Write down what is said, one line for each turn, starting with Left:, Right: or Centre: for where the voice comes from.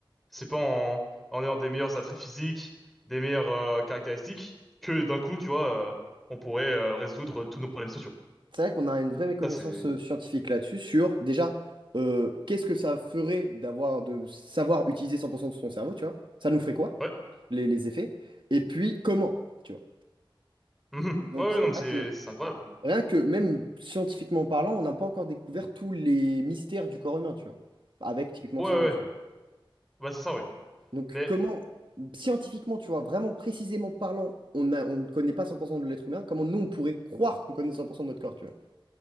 Centre: C'est pas en, en ayant des meilleurs attraits physiques, des meilleures euh, caractéristiques, que d'un coup, tu vois, euh, on pourrait euh, résoudre tous nos problèmes sociaux.
Right: C'est vrai qu'on a une vraie méconnaissance
Centre: Ça, c'est...
Right: euh, scientifique là-dessus, sur déjà euh, qu'est-ce que ça ferait d'avoir de savoir utiliser 100% de son cerveau, tu vois? Ça nous ferait quoi?
Centre: Ouais.
Right: Les, les effets? Et puis comment, tu vois?
Centre: Mhm.
Right: Donc
Centre: Ouais, ouais,
Right: c'est
Centre: non,
Right: vrai
Centre: mais c'est
Right: que
Centre: c'est incroyable.
Right: rien que même scientifiquement parlant, on n'a pas encore découvert tous les mystères du corps humain, tu vois? Avec typiquement
Centre: Ouais,
Right: le
Centre: ouais,
Right: cerveau, tu
Centre: ouais.
Right: vois.
Centre: Bah, c'est ça, oui
Right: Donc
Centre: Mais
Right: comment scientifiquement, tu vois, vraiment précisément parlant, on a, on ne connaît pas 100% de l'être humain, comment nous on pourrait croire qu'on connaît 100% de notre corps, tu vois?